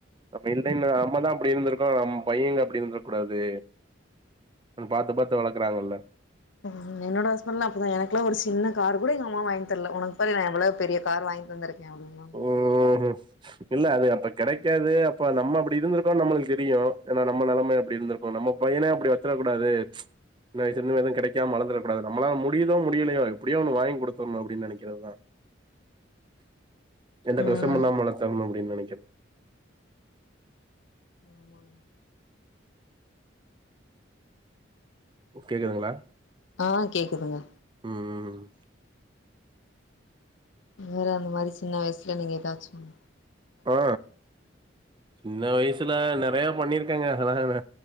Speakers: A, on the right (about 25°); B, on the left (about 80°).
A: அப்ப இல்லைன்னா நம்மதா அப்டி இருந்திருக்கோ நம்ம பையங்க அப்டி இருந்துர கூடாது பாத்து பாத்து வளக்கறாங்கல்ல
B: ம் என்னோட ஹஸ்பண்ட்லா அப்பதான் எனக்குளா ஒரு சின்ன கார் கூட எங்க அம்மா வாங்கி தரல உனக்கு பாரு நா எவ்வளோ பெரிய கார் வாங்கி தந்திருக்கே அப்டிம்பாங்க
A: ஓஹோ இல்ல அது அப்ப கெடைக்காது அப்ப நம்ம அப்டி இருந்திருக்கோ நம்மளுக்கு தெரியு ஏன்னா நம்ம நலம அப்டி இருந்திரு இப்போ நம்ம பையன அப்டி வைச்சுர கூடாது சின்ன வயசுல இருந்து எதுவு கெடைக்காம வளந்திடக்கூடாது நம்மலால முடிதோ முடியலையோ எப்டியோ ஒன்னு வாங்கி கொடுத்தடணு அப்டின்னு நெனைக்கிறதுதா எந்த
B: ம்
A: கஸ்டமு இல்லாம வளர்த்தரணும் அப்டின்னு நெனைக்கேற
B: ஆமாங்க
A: கேக்குதுங்களா
B: ஆ கேக்குதுங்க
A: ம் ம்
B: நீங்களு அந்த மாரி சின்ன வயசுல நீங்க எதாச்சும்
A: ஆ சின்ன வயசுல நெறைய பண்ணிருக்கேங்க அதெல்லா